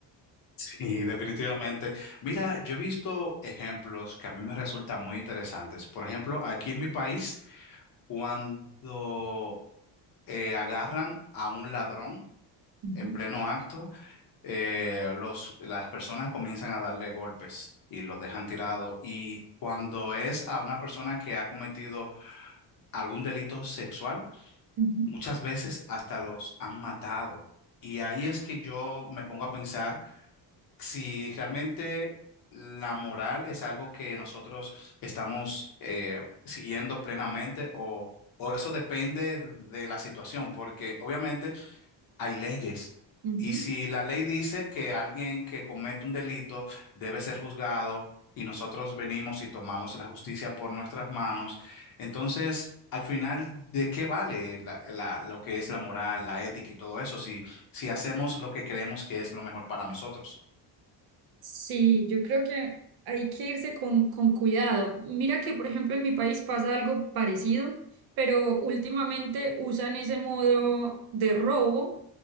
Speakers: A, on the left; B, on the right.
A: Sí, definitivamente. Mira, yo he visto ejemplos que a mí me resultan muy interesantes. Por ejemplo, aquí en mi país, cuando eh, agarran a un ladrón
B: Ujú,
A: en pleno acto, eh, los, las personas comienzan a darle golpes y lo dejan tirado. Y cuando es a una persona que ha cometido algún delito sexual,
B: ujú,
A: muchas veces hasta los han matado. Y ahí es que yo me pongo a pensar si realmente la moral es algo que nosotros estamos eh, siguiendo plenamente o... O eso depende de la situación, porque obviamente hay leyes.
B: ujú.
A: Y si la ley dice que alguien que comete un delito debe ser juzgado y nosotros venimos y tomamos la justicia por nuestras manos, entonces, al final, ¿de qué vale la- la- lo que es la moral, la ética y todo eso si, si hacemos lo que creemos que es lo mejor para nosotros?
B: Sí, yo creo que hay que irse con, con cuidado. Mira que, por ejemplo, en mi país pasa algo parecido, pero últimamente usan ese modo de robo